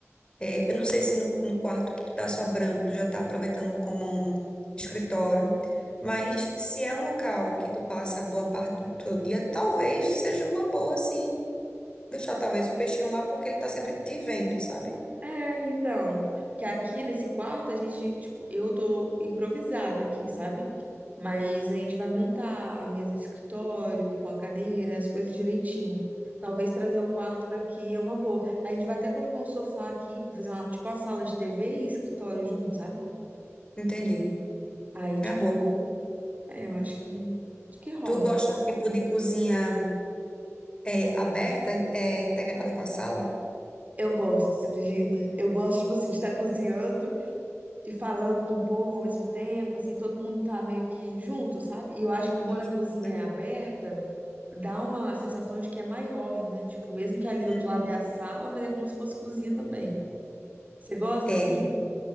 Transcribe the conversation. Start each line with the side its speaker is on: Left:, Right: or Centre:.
Left: é, eu não sei se no, no quarto que tu tá sobrando, tu já tá aproveitando como um escritório, mas se é um local que tu passa boa parte do teu dia, talvez seja uma boa, sim Deixar talvez o peixinho lá porque ele tá sempre te vendo, sabe?
Right: É, então, que aqui nesse quarto a gente, tipo, eu tô improvisada aqui, sabe? Mas a gente vai montar a mesa de escritório, com a cadeira, as coisas direitinho. Talvez trazer o quarto pra aqui é uma boa. A gente vai até colocar um sofá aqui, pra fazer uma, tipo uma sala de TV e escritório junto, sabe?
Left: Entendi.
Right: Aí, tipo,
Left: É uma boa.
Right: é, eu acho que, acho que rola.
Left: Tu gosta tipo de cozinha é, aberta, é, integrada com a sala?
Right: Eu gosto, você acredita? Eu gosto, tipo assim, de estar cozinhando e falando com o povo ao mesmo tempo, assim, todo mundo tá meio que junto, sabe? E eu acho que
Left: Tudo
Right: quando a
Left: junto,
Right: cozinha
Left: né?
Right: é aberta, dá uma sensação de que é maior, né? Tipo, mesmo que ali do
Left: Uhum.
Right: outro lado é a sala, mas é como se fosse cozinha também. Você gosta
Left: É,
Right: assim?